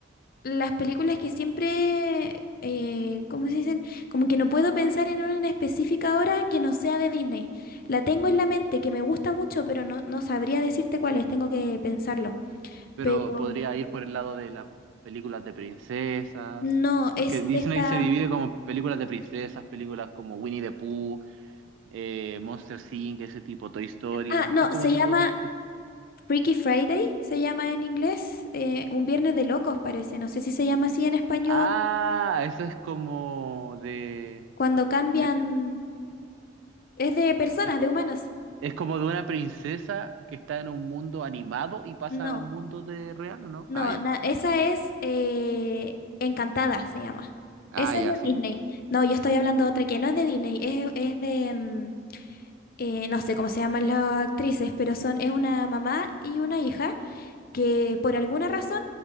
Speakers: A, on the left; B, on the right.
A: las películas que siempre, eh, ¿cómo se dicen? Como que no puedo pensar en una en específica ahora que no sea de Disney. La tengo en la mente, que me gusta mucho, pero no, no sabría decirte cuál es, tengo que pensarlo.
B: Pero
A: Pero
B: podría ir por el lado de las películas de princesas,
A: no, es
B: porque Disney
A: esta...
B: se divide como películas de princesas, películas como Winnie the Pooh, eh, Monsters Inc., ese tipo, Toy Story,
A: Ah, no,
B: son como
A: se
B: tipos
A: llama
B: de...
A: Freaky Friday se llama en inglés, eh, un viernes de locos parece, no sé si se llama así en español,
B: Ah, eso es como de...
A: cuando cambian,
B: de
A: es de personas,
B: es,
A: de humanos.
B: es como de una princesa que está en un mundo animado y pasa
A: No,
B: a un mundo de real, ¿o no?
A: no,
B: Ah, ya.
A: na- esa es eh, Encantada, se llama.
B: Ah,
A: Esa
B: ya,
A: es de
B: sí.
A: Disney. No, yo estoy hablando de otra que no es de Disney, es, es de, mm, eh, no sé cómo se llaman las actrices, pero son, es una mamá y una hija que por alguna razón,